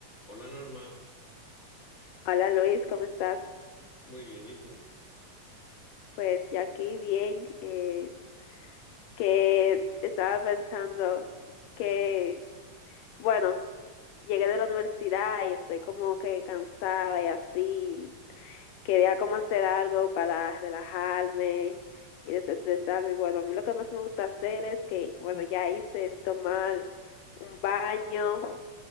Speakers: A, on the left (about 40°); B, on the left (about 80°).
A: Hola Norma,
B: Hola Luis, ¿cómo estás?
A: muy bien, ¿y tú?
B: Pues ya aquí bien, eh, que estaba pensando que, bueno, llegué de la universidad y estoy como que cansada y así, quería como hacer algo para relajarme y desestresarme. Bueno, a mí lo que más me gusta hacer es que, bueno, ya hice es tomar un baño,